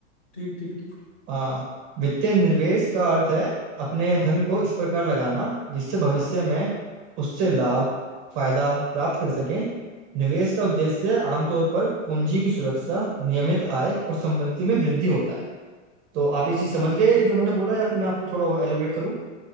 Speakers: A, on the left (about 45°); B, on the right (about 25°).
A: ठीक ठीक ठीक
B: आ, वित्तीय निवेश का अर्थ है अपने
A: हाँ
B: धन को इस प्रकार लगाना जिससे भविष्य
A: हाँ
B: में उससे लाभ फायदा प्राप्त कर सकें निवेश का उद्देश्य आमतौर पर पूंजी की सुरक्षा नियमित आय और संपत्ति में वृद्धि होता है तो आप ये चीज समझ गए जो मैंने बोला या फिर मैं आपको थोड़ा और एलिब्रेट करूँ